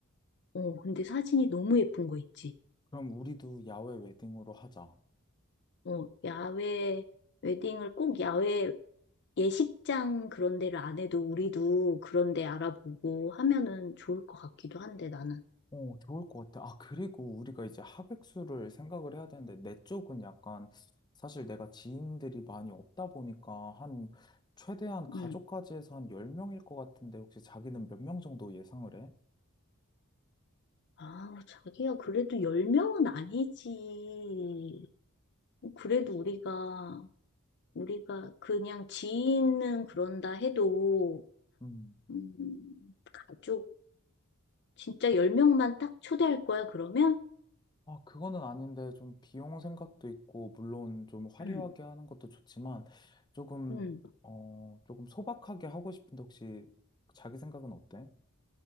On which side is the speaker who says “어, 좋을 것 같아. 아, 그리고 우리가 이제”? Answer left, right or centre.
Left